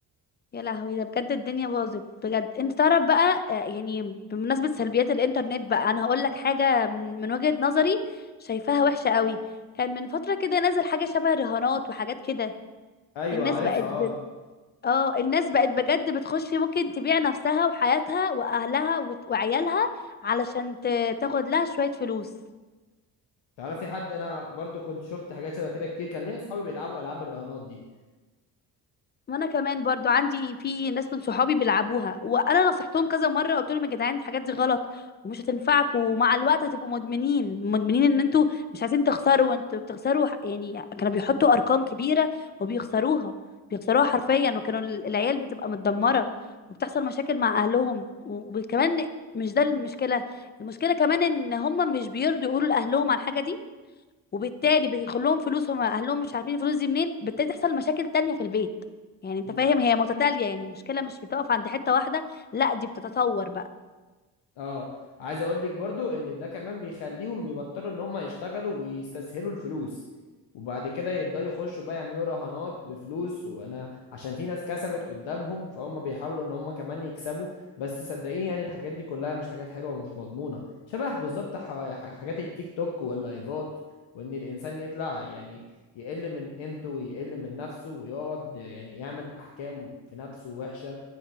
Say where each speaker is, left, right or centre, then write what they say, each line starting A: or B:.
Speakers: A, on the left (about 20°); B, on the left (about 60°).
A: يا لهوي ده بجد الدنيا باظت بجد انت تعرف بقى آه، يعني بمناسبة سلبيات الانترنت بقى انا هقول لك حاجة من من وجهة نظري شايفاها وحشة قوي كان من فترة كده نازل حاجة شبه رهانات وحاجات كده
B: ايوه
A: الناس
B: عارفها
A: بقت بت...
B: اه
A: اه الناس بقت بجد بتخش ممكن تبيع نفسها وحياتها واهلها وت- وعيالها علشان ت... تاخد لها شوية فلوس
B: تعرفي حد انا برضو كنت شفت حاجات شبه كده كتير كان ليا اصحابي بيلعبوا العاب الرهانات دي
A: وانا كمان برضو عندي في ناس من صحابي بيلعبوها وانا نصحتهم كذا مره قلت لهم يا جدعان الحاجات دي غلط ومش هتنفعكم ومع الوقت هتبقوا مدمنين مدمنين ان انتوا مش عايزين تخسروا وانتوا بتخسروا ح- يعني كانوا بيحطوا ارقام كبيره وبيخسروها بيخسروها حرفيا وكانوا ال- العيال بتبقى متدمره وبتحصل مشاكل مع اهلهم و- وكمان مش ده المشكله المشكله كمان ان هم مش بيرضوا يقولوا لاهلهم على الحاجه دي وبالتالي بيدخل لهم فلوس هم اهلهم مش عارفين الفلوس دي منين بالتالي تحصل مشاكل تانية في البيت يعني انت
B: و-
A: فاهم هي متتالية يعني المشكلة مش بتقف عند حتة واحدة لا دي بتتطور بقى
B: اه عايز اقول لك برضو ان ده كمان بيخليهم يبطلوا ان هم يشتغلوا ويستسهلوا الفلوس وبعد كده يقدروا يخشوا بقى يعملوا رهانات بفلوس وانا عشان في ناس كسبت قدامهم فهم بيحاولوا ان هم كمان يكسبوا بس صدقيني يعني الحاجات دي كلها مش حاجات حلوة ومش مضمونة شبه بالظبط حوا- ح- حاجات التيك توك واللايفات وان الانسان يطلع يعني يقل من قيمته ويقل من نفسه ويقعد يعني يعمل احكام في نفسه وحشة